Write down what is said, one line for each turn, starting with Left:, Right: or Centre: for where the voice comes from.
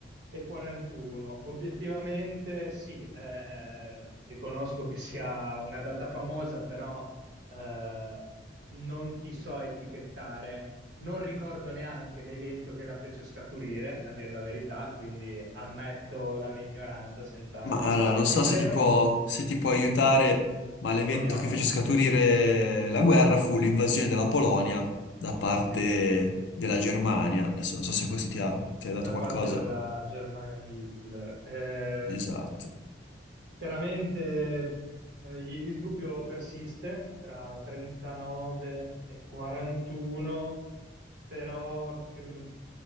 Right: e 41. Obiettivamente sì, eh, eh, riconosco che sia una data famosa, però eh, non ti so etichettare non ricordo neanche l'evento che la fece scaturire, a dire la verità, quindi ammetto la mia ignoranza senza
Left: Ma
Right: alcun
Left: allora,
Right: tipo di
Left: non
Right: problema.
Left: so se ti può, se ti può aiutare, ma l'evento
Right: Proviamo.
Left: che fece scaturire la guerra fu l'invasione della Polonia da parte
Right: Sì.
Left: della Germania. Adesso non so se questo ti ha, ti ha
Right: da
Left: dato qualcosa.
Right: parte della Germania di Hitler. Eh,
Left: Esatto.
Right: chiaramente eh, i- il dubbio persiste tra 39 e 41, però cr-